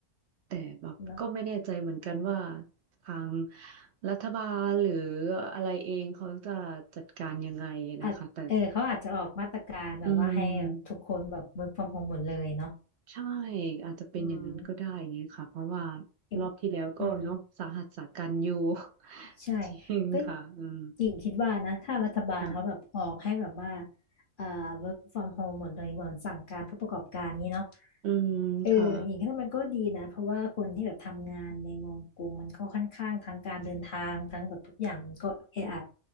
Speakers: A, on the right; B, on the left.
A: แต่แบบก็ไม่แน่ใจเหมือนกันว่า
B: เนาะ
A: ทางรัฐบาลหรืออะไรเองเขาจะจัดการยังไงนะคะแต่
B: อาจเออเขาอาจจะออกมาตรการแบบว่าให้แบบทุกคนแบบ
A: อืม
B: work from home หมดเลยเนาะ
A: ใช่อาจจะเป็นอย่างนั้นก็ได้ไงค่ะเพราะว่า
B: อืมอย่าง
A: รอบที่แล้วก็เนาะสาหัสสากันอยู่
B: อืม
A: <laughs>
B: ใช่
A: จริงค่ะอืม
B: ก็หญิงคิดว่านะถ้ารัฐบาลเขาแบบออกให้แบบว่า
A: ค่ะ
B: เอ่อ work from home หมดเลยเหมือนสั่งการผู้ประกอบการนี้เนาะ
A: อืมค่ะ
B: เออหญิงคิดว่ามันก็ดีนะเพราะว่าคนที่แบบทำงานในเมืองกรุงมันก็ค่อนข้างทั้งการเดินทางทั้งแบบทุกอย่างมันก็แออัด